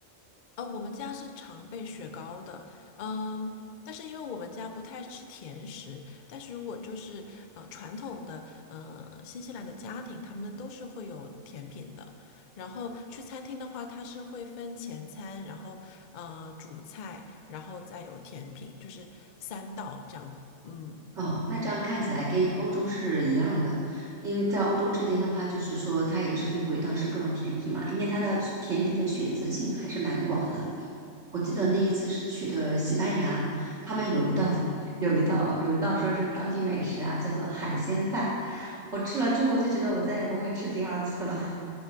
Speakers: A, on the left (about 80°); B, on the right (about 55°).
A: 呃，我们家是常备雪糕的，嗯，但是因为我们家不太吃甜食，但是如果就是呃传统的呃新西兰的家庭，他们都是会有甜品的。然后去餐厅的话，它是会分前餐，然后呃主菜，然后再有甜品，就是三道这样子。嗯，
B: 哦，那这样看起来跟欧洲是一样的，因为在欧洲这边的话，就是说它也是最后一道是各种甜品嘛，因为它的甜品的选择性还是蛮广的。我记得那一次是去的西班牙，他们有一道 <laughs> 有一道有一道说是当地美食啊，叫做海鲜饭。我吃了之后就觉得我再也不会吃第二次了。